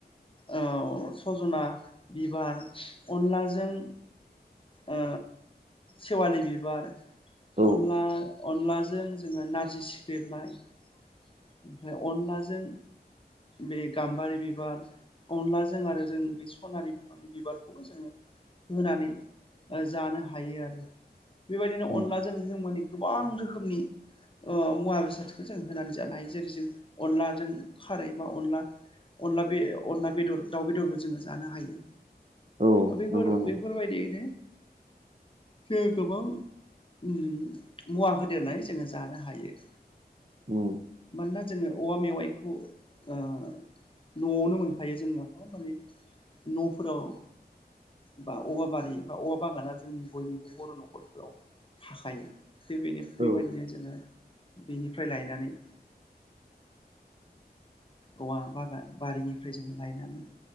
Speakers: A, on the left; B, on the right.
A: ओ सजना बिबार अनलाजों ओ सेवालि बिबार
B: औ
A: अनला अनलाजों जोङो नारजि सिख्रेबनाय ओमफ्राय अनलाजों बे गाम्बारि बिबार अनलाजों आरो जों बे सनारि बिफांनि बिबारखौबो जोङो होनानै जानो हायो आरो। बेबायदिनो
B: औ
A: अनलाजों जों माने गोबां रोखोमनि ओ मुवा बेसादखौ जों होनानै जानो हायो। जेरै जों अनलाजों खारै बा अनला अनला बे अनला बेदर दाउ बेदरबो जोङो जानो हायो।
B: औ
A: बेफोर
B: नंगौ नंगौ
A: बेफोरबायदियैनो जों गोबां मुवा होदेरनाय जोङो जानो हायो।
B: उम।
A: मानोना जोङो औवा मेवाइखौ ओ न'आवनो मोनखायो जोंनाथ' माने न'फोराव बा औवा बारि बा औवा बागाना जोंनि बयनिबो बर' न'खरफोराव थाखायो। <unintelligible> बेनो
B: औ
A: बेबायदिनो जोङो बेनिफ्राय लायनानै औवा बागान बारिनिफ्राय जोङो लायनानै